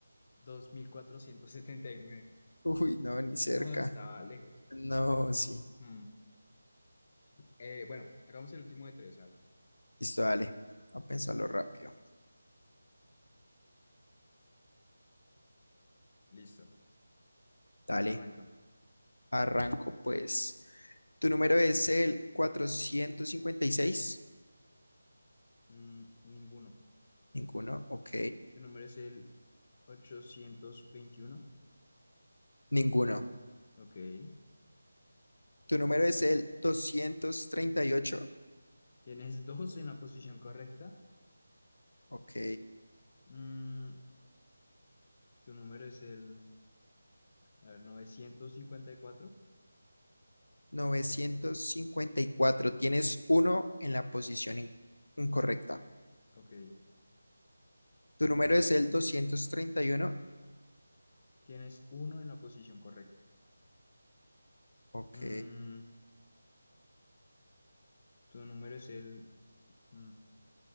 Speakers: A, on the left; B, on the left.
A: 2479.
B: Uy, no, ni cerca.
A: No, estaba lejos.
B: No, sí.
A: Hmm. Eh, bueno, hagamos el último de tres. A ver,
B: Listo, dale. A pensarlo rápido.
A: listo.
B: Dale,
A: Arranca.
B: arranco pues. ¿Tu número es el cuatrocientos cincuenta y seis.
A: Mm, ninguno.
B: Ninguno, ok.
A: Tu número es el 821.
B: Ninguno.
A: Ok.
B: ¿Tu número es el 238?
A: Tienes <laughs> dos en la posición correcta.
B: Ok.
A: Mm, tu número es el, a ver, novecientos cincuenta y cuatro.
B: novecientos cincuenta y cuatro. Tienes uno en la posición in- incorrecta.
A: Ok.
B: ¿Tu número es el doscientos treinta y uno,
A: Tienes uno en la posición correcta.
B: Ok.
A: Mm, tu número es el, mm,